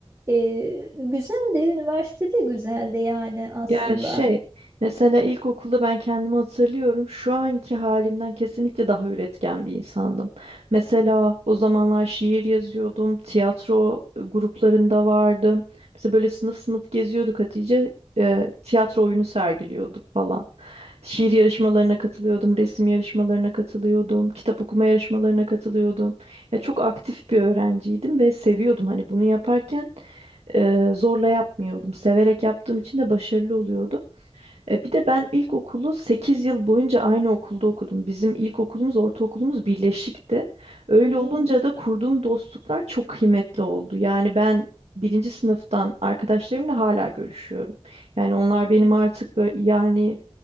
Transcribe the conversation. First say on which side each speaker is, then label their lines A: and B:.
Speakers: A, on the right; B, on the right.
A: ee, güzel de üniversitede güzel de yani aslında.
B: Ya şey, mesela ilkokulda ben kendimi hatırlıyorum. Şu anki halimden kesinlikle daha üretken bir insandım. Mesela o zamanlar şiir yazıyordum, tiyatro e, gruplarında vardım. Mesela böyle sınıf sınıf geziyorduk Hatice. e, tiyatro oyunu sergiliyorduk falan. Şiir yarışmalarına katılıyordum, resim yarışmalarına katılıyordum, kitap okuma yarışmalarına katılıyordum. Ya çok aktif bir öğrenciydim ve seviyordum hani bunu yaparken e, zorla yapmıyordum. Severek yaptığım için de başarılı oluyordum. E, bir de ben ilkokulu 8 yıl boyunca aynı okulda okudum. Bizim ilkokulumuz, ortaokulumuz birleşikti. Öyle
A: Hmm,
B: olunca da kurduğum dostluklar çok kıymetli oldu. Yani ben birinci sınıftan arkadaşlarımla hala görüşüyorum. Yani onlar benim artık böyle yani